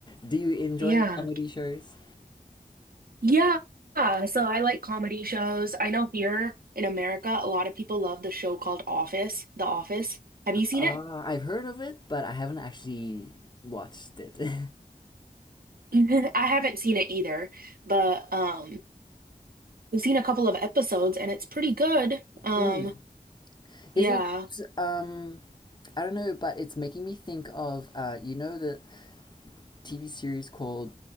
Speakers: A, on the left; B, on the right.
A: Do you enjoy
B: Yeah.
A: comedy shows?
B: Yeah. So I like comedy shows. I know here in America, a lot of people love the show called Office, The Office. Have you seen
A: Uh,
B: it?
A: I've heard of it, but I haven't actually watched it. <laughs>
B: <laughs> I haven't seen it either, but um I've seen a couple of episodes and it's pretty good. Um
A: Mm.
B: yeah.
A: Is it? Um, I don't know, but it's making me think of uh, you know the TV series called